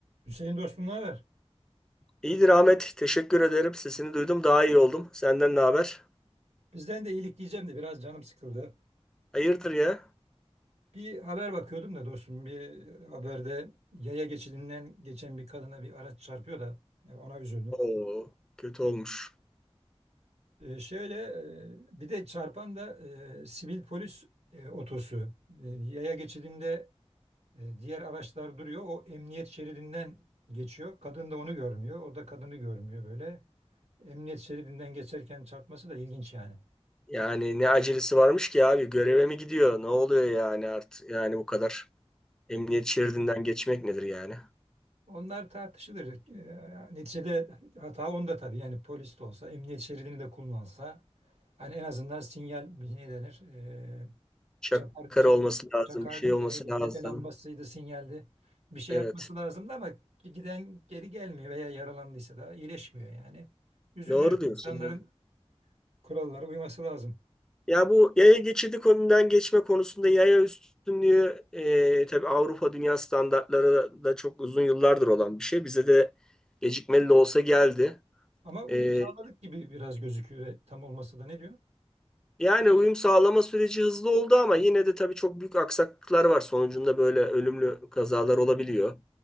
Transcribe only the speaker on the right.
Hüseyin dostum ne haber?
Bizden de iyilik diyeceğim de biraz canım sıkıldı.
Bir haber bakıyordum da dostum bir haberde yaya geçidinden geçen bir kadına bir araç çarpıyor da e, ona üzüldüm.
E, şöyle e, bir de çarpan da e, sivil polis e, otosu. E, yaya geçidinde e, diğer araçlar duruyor. O emniyet şeridinden geçiyor. Kadın da onu görmüyor. O da kadını görmüyor böyle. Emniyet şeridinden geçerken çarpması da ilginç yani.
Onlar tartışılır. Ee, neticede hata onda tabii. Yani polis de olsa, emniyet şeridini de kullansa. Hani en azından sinyal ne denir? Ee,
çakar, çakar,
çakar
değil
de neydi
o? Tepe lambasıydı, sinyaldi. Bir şey
yapması lazımdı ama giden geri gelmiyor veya yaralandıysa da iyileşmiyor yani. Üzücü.
İnsanların
kurallara uyması lazım.
Ama uyum
sağladık gibi biraz gözüküyor ve tam olması da ne diyor?